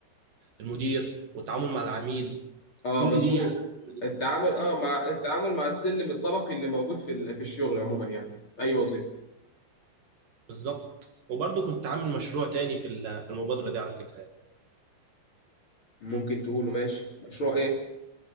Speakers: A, on the right; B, on the left.
A: المدير والتعامل مع العميل
B: اه
A: كل
B: مظبوط
A: دي حاجات مهمه جدا
B: التعامل اه مع التعامل مع السلم الطبقي اللي موجود في ال- في الشغل عموما يعني في اي وظيفه
A: بالظبط وبرضه كنت عامل مشروع تاني في ال- في المبادره دي على فكره يعني.
B: ممكن تقوله ماشي مشروع ايه